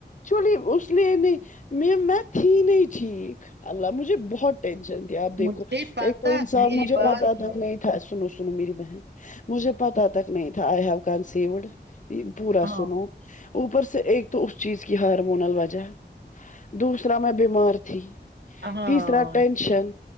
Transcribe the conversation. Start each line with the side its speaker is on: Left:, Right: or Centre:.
Left: چلیے اس لیے نہیں میں میں تھی نہیں ٹھیک اللہ بہت ٹینشن تھی اب دیکھو
Right: مجھے پتا
Left: ایک تو انسان
Right: میری
Left: مجھے
Right: بات
Left: پتا تھا نہیں سنو سنو میری بہن مجھے پتا تک نہیں تھا ائی ہوے کونصفڈ پورا
Right: ہاں
Left: سنو اوپر سے ایک تو اس چیز کی ہارمونل وجہ دوسرا میں بیمار تھی
Right: ہاں
Left: تیسرا ٹینشن